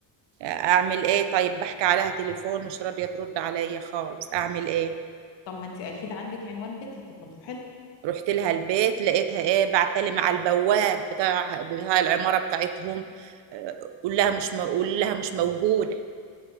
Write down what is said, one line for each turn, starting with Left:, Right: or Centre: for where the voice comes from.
Right: اعمل ايه طيب بحكي عليها تليفون مش راضيه ترد عليا خالص اعمل ايه
Left: طب ما انت اكيد عندك عنوان بيتها طب ما تروحي لها
Right: رحت لها البيت لقيتها ايه بعتلي مع البواب بتاع بتاع العماره بتاعتهم أه، قول لها مش م- قول لها مش موجوده